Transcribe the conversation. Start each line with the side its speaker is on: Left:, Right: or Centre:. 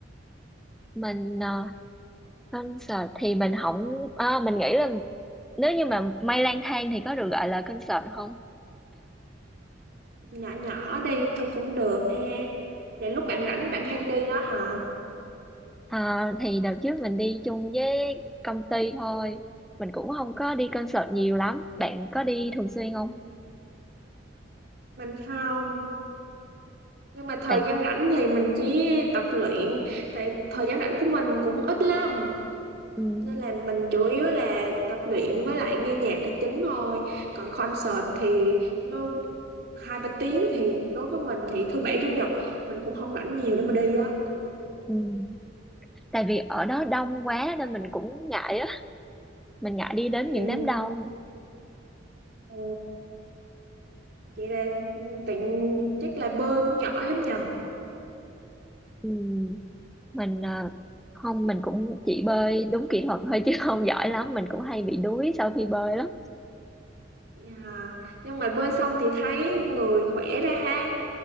Centre: mình ờ, concert thì mình không à, mình nghĩ là nếu như mà Mây lang thang thì có được gọi là concert không
Right: nhỏ nhỏ đi thôi cũng được ha để lúc bạn rảnh bạn hay đi đó hả
Centre: À, thì đợt trước mình đi chung với công ty thôi mình cũng không có đi concert nhiều lắm bạn có đi thường xuyên không
Right: Ừ, mình không nhưng mà thời
Centre: bạn
Right: gian rảnh thì mình chỉ tập luyện tại thời gian rảnh của mình cũng ít lắm
Centre: ừm,
Right: nên là mình chủ yếu là tập luyện với lại nghe nhạc là chính thôi còn concert thì nó hai ba tiếng thì đối với mình thì thứ bảy chủ nhật mình cũng không rảnh nhiều để mà đi á
Centre: ừm. tại vì ở đó đông quá nên mình cũng ngại á mình ngại đi đến
Right: Ừm,
Centre: những đám đông
Right: ờ, vậy là tiện chắc là bơi cũng giỏi lắm nhờ
Centre: Ừm, mình à, không mình cũng chỉ bơi đúng kỹ thuật thôi chứ <laughs> không giỏi lắm mình cũng hay bị đuối sau khi bơi lắm
Right: Dạ. nhưng mà bơi xong thì thấy người khỏe ra ha